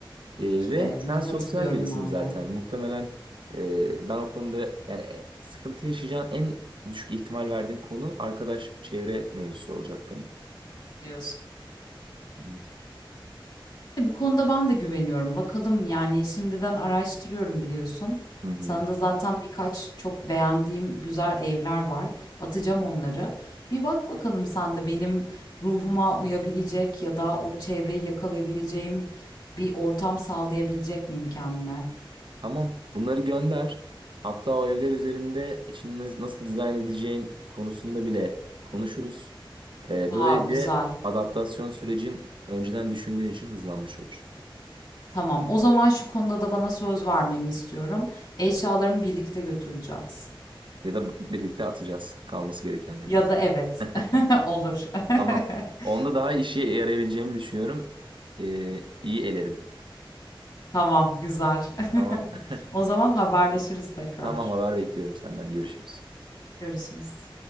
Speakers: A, on the right (about 65°); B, on the left (about 55°).
A: Ee,
B: İşte
A: ve sen
B: buna katılıyorum
A: sosyal birisin
B: ben
A: zaten.
B: de.
A: Muhtemelen e, ben o konuda yani e, sıkıntı yaşayacağın en düşük ihtimal verdiğim konu arkadaş çevre mevzusu olacak benim.
B: Diyorsun.
A: Evet.
B: E, Bu konuda ben de güveniyorum. Bakalım, yani, şimdiden araştırıyorum biliyorsun.
A: Hı hı.
B: Sana da zaten birkaç çok beğendiğim güzel evler var. Atacağım onları. Bir bak bakalım sen de benim ruhuma uyabilecek ya da o çevreyi yakalayabileceğim bir ortam sağlayabilecek miyim kendime?
A: Tamam. Bunları gönder. Hatta o evler üzerinde içini nasıl dizayn edeceğin konusunda bile konuşuruz. Ee,
B: Vav,
A: böylece
B: güzel.
A: adaptasyon sürecin önceden düşündüğün için hızlanmış olur.
B: Tamam. O zaman şu konuda da bana söz vermeni istiyorum. Eşyalarımı birlikte götüreceğiz.
A: Ya da birlikte atacağız kalması gerekenleri.
B: Ya da evet.
A: <laughs>
B: <laughs> Olur. <laughs>
A: Tamam. Onda daha işe yarayabileceğimi düşünüyorum. Ee, iyi elerim.
B: Tamam, güzel. <laughs>
A: Tamam. <laughs>
B: O zaman haberleşiriz tekrar.
A: Tamam haber bekliyorum senden. Görüşürüz.
B: Görüşürüz.